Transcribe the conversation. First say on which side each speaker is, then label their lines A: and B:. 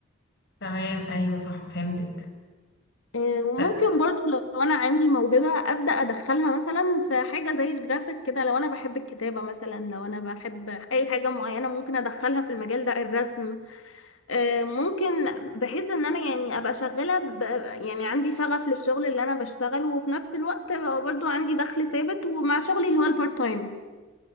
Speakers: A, on the left (about 55°); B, on the left (about 75°).
A: تمام ايوه صح فهمتك
B: آه، وممكن
A: أ-
B: برضو لو أنا عندي موهبة أبدأ أدخلها مثلا في حاجة زي الجرافيك كده لو أنا بحب الكتابة مثلا لو أنا بحب أي حاجة معينة ممكن أدخلها في المجال ده الرسم آه، ممكن بحيث ان انا يعني ابقى شغاله ب... يعني عندي شغف للشغل اللي انا بشتغله وفي نفس الوقت أبقى برضو عندي دخل ثابت ومع شغلي اللي هو البارت تايم